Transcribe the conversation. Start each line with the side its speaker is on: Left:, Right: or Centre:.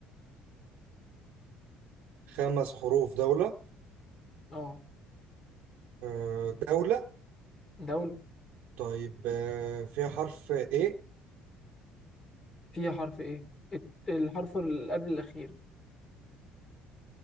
Right: خمس حروف دولة
Left: اه
Right: آه، دولة
Left: دولة
Right: طيب آه، فيها حرف ايه
Left: فيها حرف ايه الت- الحرف اللي قبل الأخير